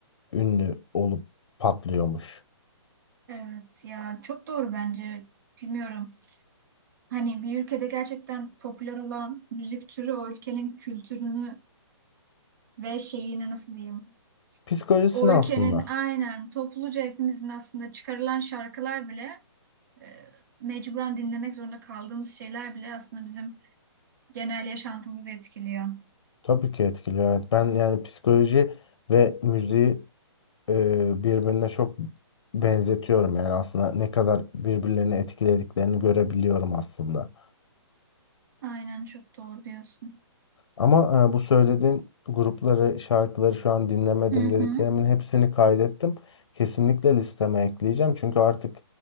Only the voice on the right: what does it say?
Evet ya çok doğru bence. Bilmiyorum. Hani bir ülkede gerçekten popüler olan müzik türü o ülkenin kültürünü ve şeyini nasıl diyeyim?
O ülkenin
aynen topluca hepimizin aslında çıkarılan şarkılar bile e, mecburen dinlemek zorunda kaldığımız şeyler bile aslında bizim genel yaşantımızı etkiliyor.
Aynen çok doğru diyorsun.
Hı hı.